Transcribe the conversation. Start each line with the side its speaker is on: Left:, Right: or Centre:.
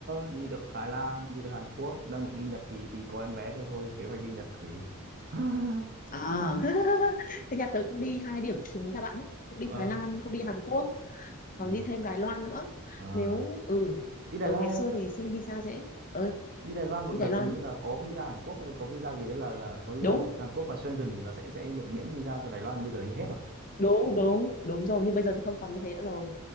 Right: đi được Thái Lan, đi được Hàn Quốc, đang định đi Nhật thì thì có em bé thế thôi, kế hoạch đi Nhật quỷ. <laughs>
Left: à <laughs> thế nhà tớ cũng đi hai điểm trùng với nhà bạn ấy cũng đi
Right: Ờ,
Left: Thái Lan cũng đi Hàn Quốc còn
Right: ừ,
Left: đi thêm Đài Loan nữa
Right: ờ.
Left: nếu ừ,
Right: Đi Đài
Left: ừ
Right: Loan
Left: ngày xưa
Right: không?
Left: thì xin visa dễ ơi
Right: Đi Đài Loan một
Left: đi
Right: đợt
Left: Đài Loan
Right: hình
Left: ấy.
Right: như là có visa Hàn Quốc hay có visa gì đấy là là với
Left: đúng
Right: Hàn Quốc và Schengen là sẽ sẽ được miễn visa cho Đài Loan bây giờ như hết rồi.
Left: đúng đúng đúng rồi nhưng bây giờ thì không còn như thế nữa rồi